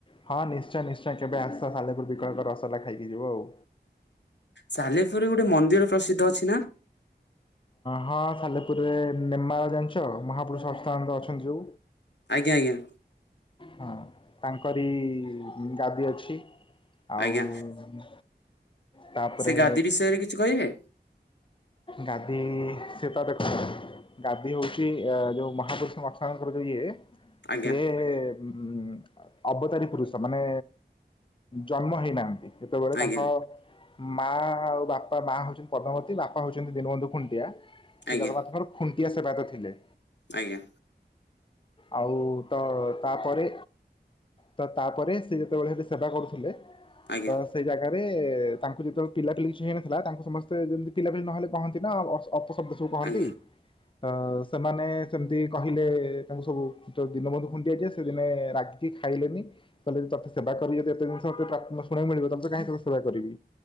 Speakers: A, on the left; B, on the left.
A: ହଁ ନିଶ୍ଚୟ ନିଶ୍ଚୟ କେବେ ଆସ ସାଲେପୁର <unintelligible> ରସଗୋଲା ଖାଇକି ଯିବ ଆଉ।
B: ସାଲେପୁର ରେ ଗୋଟେ ମନ୍ଦିର ପ୍ରସିଦ୍ଧ ଅଛି ନା?
A: ହଁ ସାଲେପୁରରେ ନେମାଳ ଜାଣିଛ ମହାପୁରୁଷ <unintelligible> ଅଛନ୍ତି ସବୁ।
B: ଆଜ୍ଞା ଆଜ୍ଞା।
A: ହଁ ତାଙ୍କରି ଗାଦି ଅଛି। ଆଉ
B: ଆଜ୍ଞା
A: ତାପରେ
B: ସେ ଗାଦି ବିଷୟରେ କିଛି କହିବେ
A: ଗାଦି ସେତ ଦେ ଗାଦି ହଉଚି ଆ ଯୋଉ ମହାପୁରୁଷଙ୍କ <unintelligible> ଯୋଉ ଇଏ
B: ଆଜ୍ଞା
A: ସିଏ ହୁଁ ହୁଁ ଅବତାରୀ ପୁରୁଷ ମାନେ ଜନ୍ମ ହେଇନାହାନ୍ତି। ଯେତେବେଳେ
B: ଆଜ୍ଞା
A: ତାଙ୍କ ମା ଆଉ ବାପା ମା ହଉଛନ୍ତି ପଦ୍ମାବତୀ ବାପା ହଉଛନ୍ତି ଦୀନବନ୍ଧୁ ଖୁଣ୍ଟିଆ। ସେ
B: ଆଜ୍ଞା
A: ଜଗନ୍ନାଥଙ୍କର ଖୁଣ୍ଟିଆ ସେବାୟତ ଥିଲେ।
B: ଆଜ୍ଞା।
A: ଆଉ ତ ତାପରେ ତ ତାପରେ ସେ ଯେତେବେଳେ ସେବା କରୁଥିଲେ
B: ଆଜ୍ଞା
A: ତ ସେଇ ଜାଗାରେ ତାଙ୍କୁ ଯେତେବେଳେ ପିଲାପିଲି କିଛି ହେଇନଥିଲା ତାଙ୍କୁ ସମସ୍ତେ ଯେମିତି ପିଲାପିଲି ନହେଲେ କହନ୍ତି ନା ଅ ଅପଶବ୍ଦ କହନ୍ତି।
B: ଆଜ୍ଞା
A: ତ ସେମାନେ ସେମିତି କହିଲେ ତାଙ୍କୁ ସବୁ ତ ଦିନ ବନ୍ଧୁ ଖୁଣ୍ଟିଆ ଯିଏ ସେ ଦିନେ ରାଗି କି ଖାଇଲେନି। କହିଲେ ତତେ ସେବା କରିକି ଯଦି ଏତେ ଜିନିଷ <unintelligible> ମିଳିବ ତତେ କାହିଁ ତୋ ସେବା କରିବି।